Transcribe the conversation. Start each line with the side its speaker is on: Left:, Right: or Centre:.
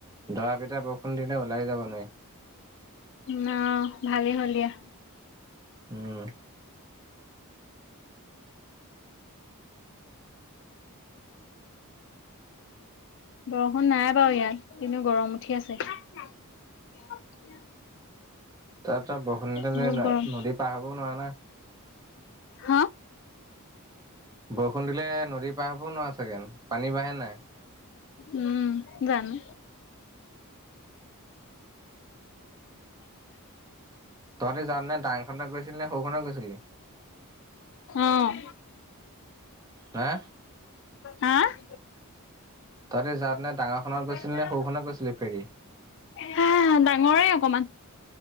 Right: দৰা পিটা বৰষুণ দিলে ওলাই যাব ন', তে
Left: ন ভালেই হ'ল দিয়া।
Right: উম',
Left: বৰষুণ নাই বাৰু ইয়াত কিন্তু গৰম উঠি আছে।
Right: তাৰ পৰা বৰষুণ
Left: বহুত গৰম,
Right: নদী পাৰ হবও নোৱাৰা না
Left: হ
Right: বৰষুণ দিলে নদী পাৰ হব নোৱাৰা চাগেন পানী বাঢ়ে নাই।
Left: উম জানো।
Right: তহতে যান নে দাংখনত গৈছিলি নে সৌখনত গৈছিলি।
Left: অ'।
Right: হা
Left: হা গম
Right: তহঁতি যাওঁতেনে ডাঙৰখনত গৈছিলি
Left: মাৰ
Right: নে সৰুখনত গৈছিলি ফেৰী
Left: হা ডাঙৰে অকমান